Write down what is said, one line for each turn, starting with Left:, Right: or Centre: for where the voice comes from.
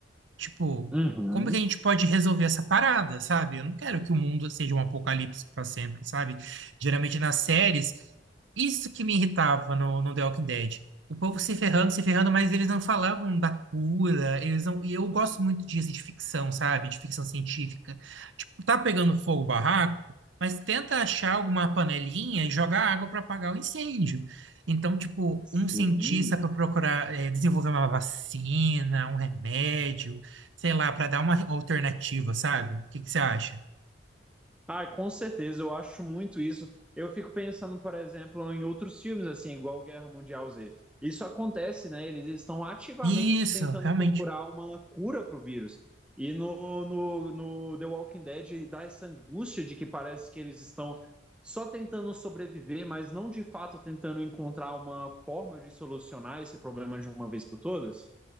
Right: Tipo,
Centre: uhum,
Right: como que a gente pode resolver essa parada, sabe? Eu não quero que o mundo seja um apocalipse para sempre, sabe? Geralmente nas séries, isso que me irritava no, no The Walking Dead. O povo se ferrando, se ferrando, mas eles não falavam da cura, eles não... E eu gosto muito disso de ficção, sabe? De ficção científica. Tipo, tá pegando fogo o barraco, mas tenta achar alguma panelinha e jogar água para apagar o incêndio. Então, tipo,
Centre: sim.
Right: um cientista para procurar eh, desenvolver uma vacina, um remédio, sei lá, para dar uma alternativa, sabe? O que que você acha?
Centre: Ah, com certeza, eu acho muito isso. Eu fico pensando, por exemplo, em outros filmes, assim, igual Guerra Mundial Z. Isso acontece, né? Eles estão ativamente
Right: Isso,
Centre: tentando
Right: realmente.
Centre: procurar uma cura para o vírus. E no, no, no The Walking Dead dá essa angústia de que parece que eles estão só tentando sobreviver, mas não de fato tentando encontrar uma forma de solucionar esse problema de uma vez por todas.